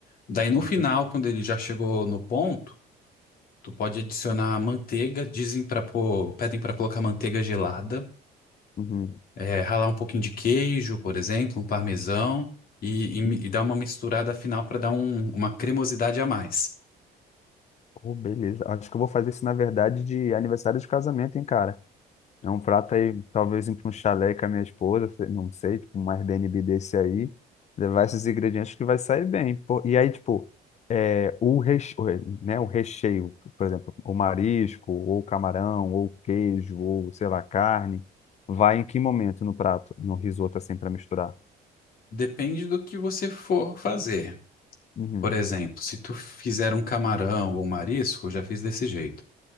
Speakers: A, on the left; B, on the left.
A: Daí no final,
B: entendi.
A: quando ele já chegou no ponto, tu pode adicionar manteiga. Dizem para pôr, pedem para colocar manteiga gelada.
B: Uhum,
A: é, ralar um pouquinho de queijo, por exemplo, um parmesão e, e mi-
B: uhum.
A: e dar uma misturada final para dar um- uma cremosidade a mais.
B: Pô, beleza. Acho que eu vou fazer isso, na verdade, de aniversário de casamento, hein, cara? É um prato aí, talvez ir para um chalé com a minha esposa, sei- não sei, tipo, um Airbnb desse aí, levar esses ingredientes que vai sair bem. pô. E aí, tipo, é, o reche- o re- né, o recheio, por exemplo, o marisco, ou camarão, ou queijo, ou sei lá, carne, vai em que momento no prato, no risoto assim para misturar?
A: Depende do que você for fazer.
B: Uhum,
A: Por exemplo, se tu fizer um camarão ou um marisco, eu já fiz desse jeito.